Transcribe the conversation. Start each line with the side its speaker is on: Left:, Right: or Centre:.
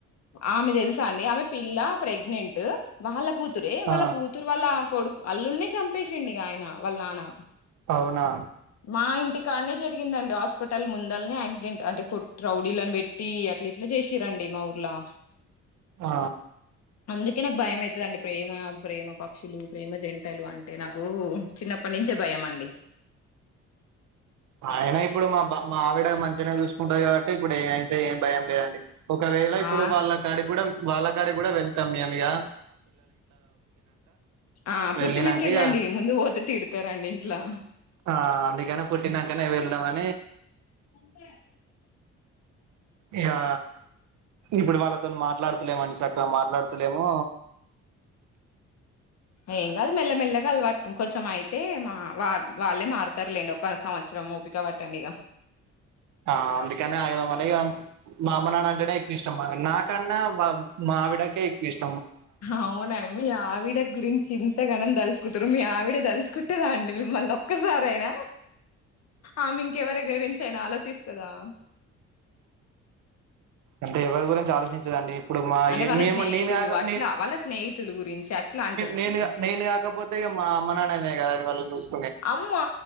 Left: ఆమె తెలుసా అండి ఆమె పిల్ల ప్రెగ్నెంట్ ట్ వాళ్ళ కూతురే వాళ్ళ
Right: ఆ
Left: కూతురు వాళ్ళ కొడుక్ అల్లున్నే చంపేసిండిగా ఆయన వాళ్ళ నాన్న
Right: అవ్నా
Left: మా ఇంటి కాన్నే జరిగిందండి హాస్పిటల్ ముందల్నే యాక్సిడెంట్ అంటే కొట్ రౌడీలని బెట్టి అట్లా ఇట్లా చేసిరండి మా ఊర్లా.
Right: ఆ
Left: అందుకే నాకు భయం అవుతుందండి ప్రేమ ప్రేమ పక్షులు ప్రేమ జంటలు అంటే నాకు చిన్నప్పటి నుంచే భయం అండి.
Right: ఆయన ఇప్పుడు మా బన్ మా ఆవిడ మంచిగ్నే చూస్ కుంటది కాబట్టి ఇప్పుడు యే అయితే ఏం భయంగ్ టే యండి ఒకవేళ ఇప్పుడు
Left: ఆ
Right: వాళ్ళకాడికి కూడా వాళ్ల కాడికి కూడా వెళ్తాం మేమ్ ఇగా
Left: ఆ పుట్టినింకా
Right: వెళ్ళినంక
Left: వెళ్ళండి
Right: ఇగ
Left: ముందు పోతే తిడతారండి ఇంట్లా
Right: ఆ అందుకనే పుట్టిన కానే వెళ్ళమన్
Left: అంతే
Right: ఇగా ఇప్పుడు వాళ్ళతోని మాట్లాడుతులేమండి చక్కగా మాట్లాడుతలేము
Left: ఏం కాదు మెల్లమెల్లగా అలవాట్ కొంచెం అయితే మా వా వాళ్ళే మారుతారులేండి ఒక సంవత్సరం ఊపిక పట్టండి ఇక
Right: ఆ అందుకనే ఆగినమ్ ఇంకా అ మా అమ నాన్న అంటేనే ఎక్కువ ఇష్టం నాకన్నా బాగ్ మా ఆవిడకే ఎక్కువ ఇష్ట్
Left: అవునండి మీ ఆవిడ గురించి ఇంతగానం దాల్చకు కుంటారు మీ ఆవిడ తలుచుకుంటుందా అండి మిమ్మల్ని ఒక్కసారి అయిన ఆమె ఇంకెవరి గురించి అయినా ఆలోచిస్తుందా
Right: ఇంకా ఎవరి గురించి ఆలోచించదు అండి ఇప్పుడు మా
Left: అంటే వాళ్ళ
Right: మే
Left: స్నేహితులు
Right: నేనుక
Left: అట్లా
Right: నేను
Left: వాళ్ళ స్నేహితులు గురించి అట్లా అంటున్నాండి
Right: నేను నేను కాకపోతే మా అమ్మ నా మనల్నే కాదండి వాళ్ళు చూసు
Left: అమ్మా